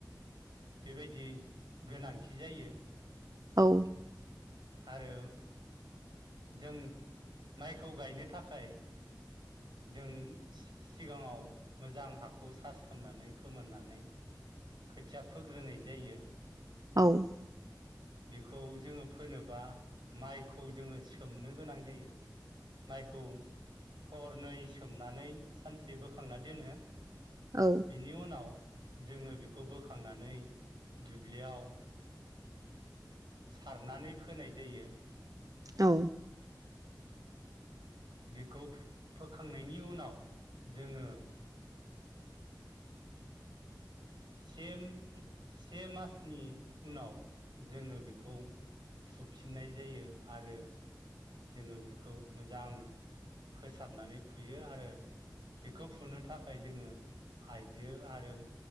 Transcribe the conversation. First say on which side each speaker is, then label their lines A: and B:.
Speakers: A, on the right; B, on the right.
A: बेबायदि गोनांथि जायो
B: औ
A: आरो जों माइखौ गायनो थाखाय जों सिगाङाव मोजां हाखौ सास खालामनानै फोमोननानै खोथिया फोग्रोनाय जायो।
B: औ
A: बेखौ जोङो फोनोबा माइखौ जोङो सोमनो गोनां जायो माइखौ हरनै सोमनानै सानसे बोखांना दोनो
B: औ
A: बिनि उनाव जोङो बेखौबो खांनानै दुब्लियाव सारनानै फोनाय जायो
B: औ।
A: बेखौ फोखांनायनि उनाव जोङो सेम से मासनि उनाव जोङो बेखौ फुफिननाय जायो आरो जोङो बेखौ मोजां फोसाबनानै फुयो आरो बेखौ फुनो थाखाय जोङो आइजो आरो